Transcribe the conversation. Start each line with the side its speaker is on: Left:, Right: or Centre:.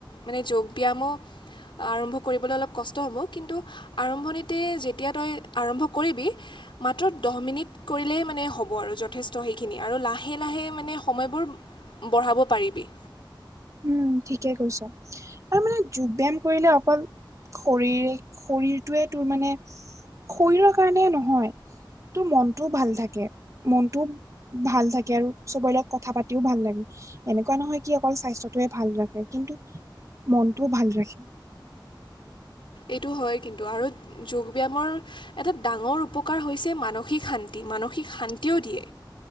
Left: মানে যোগ ব্যায়ামো- আৰম্ভ কৰিবলৈ অলপ কষ্ট হ'ব কিন্তু- আৰম্ভণিতে যেতিয়া তই আৰম্ভ কৰিবি। মাথূ দহ মিনিট কৰিলেই মানে হ'ব আৰু যথেষ্ট সেইখিনি আৰু লাহে লাহে মানে সময়বোৰ বঢ়াব পাৰিবি।
Right: উমঁ ঠিকে কৈছ। আৰু মানে যোগ ব্যায়াম কৰিলে অকল শৰৰে শৰীৰটোৱে তোৰ মানে শৰীৰৰ কাৰণে নহয় তোৰ মনটোও ভাল থাকে মনটো- ভাল থাকে আৰু চবৰে লগত কথা পাতিও ভাল লাগে। এনেকুৱা নহয় কি অকল স্বাস্থ্যত এতোয়ে ভাল ৰাখে কিন্তু মনটোও ভাল ৰাখে।
Left: এইটো হয় কিন্তু আৰু যোগ ব্যায়ামৰ এটা ডাঙৰ উপকাৰ হৈছে মানসিক শান্তি মানসিক শান্তিও দিয়ে।